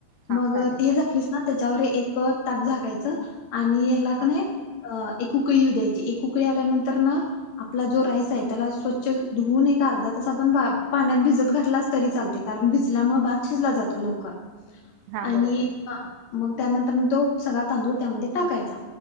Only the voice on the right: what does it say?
हां
चालेल
चालेल
हां
हां
बरोबर